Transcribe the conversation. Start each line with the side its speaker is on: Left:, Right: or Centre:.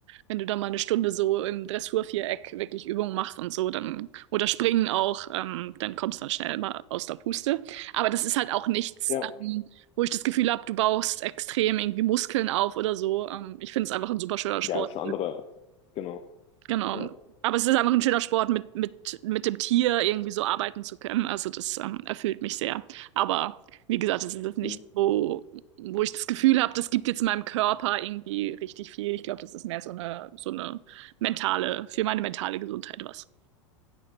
Right: Wenn du da mal eine Stunde so im Dressurviereck wirklich Übungen machst und so, dann, oder springen auch, ähm, dann kommst du dann schnell mal aus der Puste. Aber das ist halt auch nichts,
Left: ja.
Right: ähm, wo ich das Gefühl habe, du baust extrem irgendwie Muskeln auf oder so. Ähm, ich finde es einfach ein super schöner Sport.
Left: Ja, ist eine andere, genau.
Right: Genau.
Left: Ja,
Right: Aber es ist einfach ein schöner Sport, mit, mit, mit dem Tier irgendwie so arbeiten zu können. Also das ähm, erfüllt mich sehr. Aber wie gesagt, es ist jetzt nicht
Left: mhm.
Right: so, wo ich das Gefühl habe, das gibt jetzt meinem Körper irgendwie richtig viel. Ich glaube, das ist mehr so eine, so eine mentale, für meine mentale Gesundheit was.